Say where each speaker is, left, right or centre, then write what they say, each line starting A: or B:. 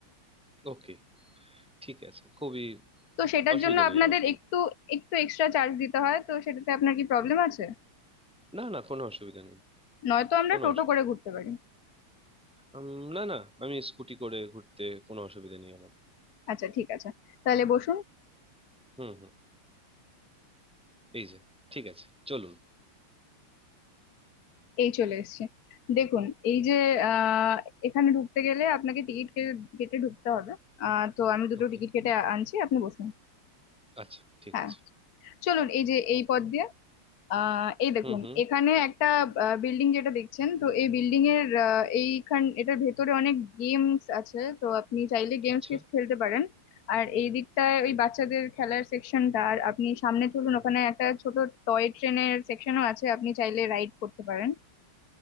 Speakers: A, in the centre; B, on the left (about 50°).
A: ওকে ঠিক আছে খুবই
B: তো সেটার
A: অসুবিধা
B: জন্য
A: নেই
B: আপনাদের
A: আমার কোনো
B: একটু একটু এক্সট্রা চার্জ দিতে হয় তো সেটাতে আপনার কি প্রবলেম আছে
A: না না কোনো অসুবিধা নেই
B: নয়তো আমরা
A: কোনো
B: টোটো
A: অসুবিধা
B: করে ঘুরতে
A: নেই
B: পারি
A: উম, না না আমি স্কুটি করে ঘুরতে কোনো অসুবিধা নেই আমার
B: আচ্ছা ঠিক আছে তাহলে বসুন
A: হুম হুম এই যে ঠিক আছে চলুন
B: এই চলে এসেছি দেখুন এই যে আহ এখানে ঢুকতে গেলে আপনাকে টিকিট কেটে ঢুকতে হবে আহ তো আমি দুটো
A: ওকে
B: টিকিট কেটে আনছি আপনি বসুন
A: আচ্ছা ঠিক
B: হ্যাঁ
A: আছে
B: চলুন এই যে এই পথ দিয়ে আহ এই দেখুন
A: হুম হুম
B: এখানে একটা বিল্ডিং যেটা দেখছেন তো এই বিল্ডিং এর আহ, এইখান এটার ভেতরে অনেক গেমস আছে তো আপনি চাইলে গেমস
A: আচ্ছা
B: কিছু খেলতে পারেন আর এই দিকটায় ওই বাচ্চাদের খেলার সেকশনটা আর আপনি সামনে চলুন
A: হুম।
B: ওখানে একটা ছোট টয় ট্রেনের সেকশনও আছে আপনি চাইলে রাইড করতে পারেন